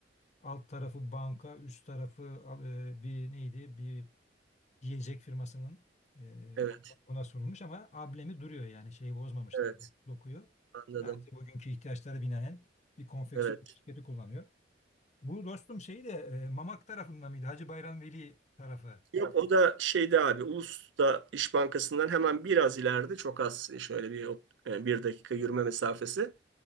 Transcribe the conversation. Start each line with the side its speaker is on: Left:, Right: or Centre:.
Left: alt tarafı banka, üst tarafı al- e, bir neydi? Bir yiyecek firmasının e,
Right: Evet,
Left: kullanımına sunulmuş ama ablemi duruyor yani şeyi bozmamışlar
Right: evet
Left: dokuyu.
Right: anladım.
Left: Sadece bugünkü ihtiyaçlara binaen bir konfeksiyon
Right: Evet.
Left: şirketi kullanıyor. Bu dostum şey de e, Mamak tarafından mıydı? Hacı Bayram Veli tarafı.
Right: Yok Tamam. o da şeyde abi Ulus'ta İş Bankası'ndan hemen biraz ileride çok az şöyle bir e, bir dakika yürüme mesafesi.